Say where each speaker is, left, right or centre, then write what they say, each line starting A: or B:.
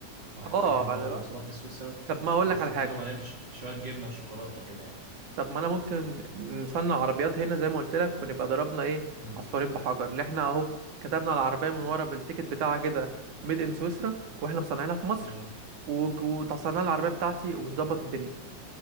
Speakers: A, on the right; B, on the right.
A: وهيفتكر
B: اه
A: ان
B: اللي
A: هو مصنوع
B: بقى-
A: في سويسرا
B: طب ما اقول
A: واحط
B: لك على حاجه
A: لهم عليهم ش- شوية جبنة وشوكولاتة كده يعني
B: طب ما انا ممكن نصنع عربيات هنا زي ما قلت لك ونبقى ضربنا ايه
A: مم.
B: عصفورين بحجر اللي احنا اهو كتبنا على العربيه من ورا بالتيكت بتاعها كده ميد ان سويسرا واحنا مصنعينها في مصر
A: مم.
B: وج- وتصنع العربيه بتاعتي ونظبط الدنيا